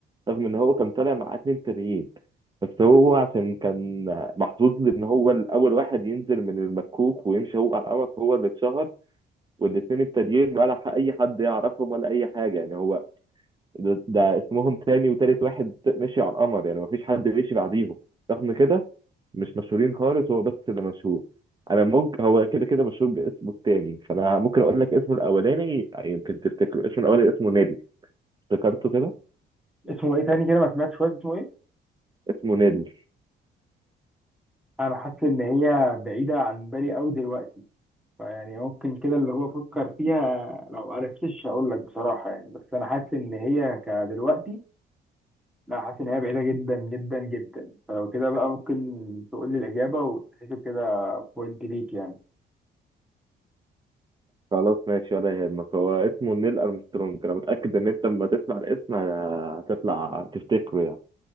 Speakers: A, on the right; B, in the centre.
A: رغم ان هو كان طالع مع اتنين تانيين بس هو عشان كان محظوظ ان هو الاول واحد ينزل من المكوك ويمشي هو على القمر فهو اللي اتشهر والاتنين التانيين ولا ح- اي حد يعرفهم ولا اي حاجه يعني هو ده, ده اسمهم تاني وتالت واحد مشي على القمر يعني مفيش حد مشي بعديهم رغم كده مش مشهورين خالص هو بس اللي مشهور انا ممكن هو كده كده مشهور باسمه التاني فانا ممكن اقول لك اسمه الاولاني يمكن تفتكره اسمه الاولاني اسمه نادي افتكرته كده
B: اسمه ايه تاني كده ما سمعتش شويه اسمه ايه
A: اسمه نادي
B: انا حاسس ان هي بعيده عن بالي قوي دلوقتي فيعني ممكن كده اللي هو افكر فيها لو عرفتش هقول لك بصراحه يعني بس انا حاسس ان هي كدلوقتي لا حاسس ان هي بعيده جدا جدا جدا فلو كده بقى ممكن تقول لي الاجابه وتحسب كده بوينت ليك يعني
A: خلاص ماشي ولا يهمك هو اسمه نيل أرمسترونج أنا متأكد إن أنت لما تسمع الاسم ه- هتطلع تفتكره يعني